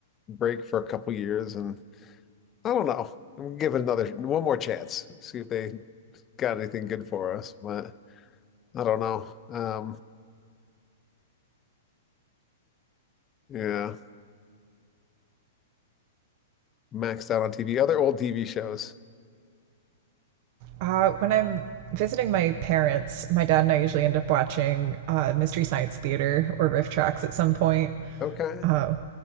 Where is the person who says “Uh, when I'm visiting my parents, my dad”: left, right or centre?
Right